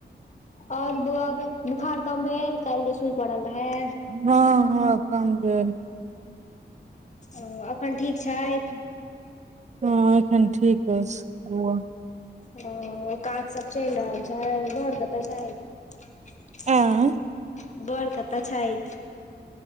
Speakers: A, on the left (about 40°); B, on the right (about 40°).
A: और वौआ के बोखार कम भेल काल्हि जे सूइ पड़ल रहै?
B: हँ हँ कम भेल।
A: ओ एखन ठीक छथि?
B: हँ एखन ठीक ऐ बौआ।
A: ह काज सब चलि रहल छै बर कतऽ छैथ?
B: आ
A: बड़ कतऽ छथि?